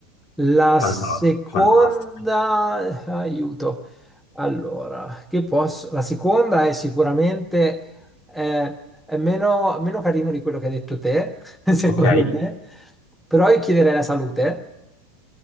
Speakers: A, in the centre; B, on the left.
A: La
B: Fantastico,
A: seconda,
B: fantastico.
A: eh, aiuto. Allora, che posso? La seconda è sicuramente eh, è meno, meno carino di quello che hai detto te, <laughs> secondo
B: Ok,
A: me, però io chiederei la salute.